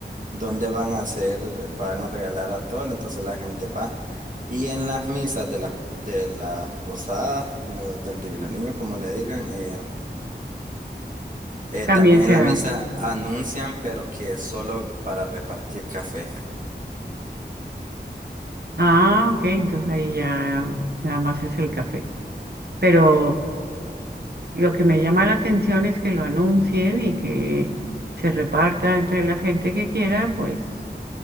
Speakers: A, on the right; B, on the right.
A: donde van a hacer, van a regalar atol, entonces la gente va. Y en las misas de las de la posada, lo- del Divino Niño, como le digan, eh, eh,
B: También
A: también
B: se
A: en la
B: da.
A: misa anuncian, pero que solo para repartir café.
B: Ah, ok, entonces ahí ya nada más es el café. Pero lo que me llama la atención es que lo anuncien y que se reparta entre la gente que quiera, pues,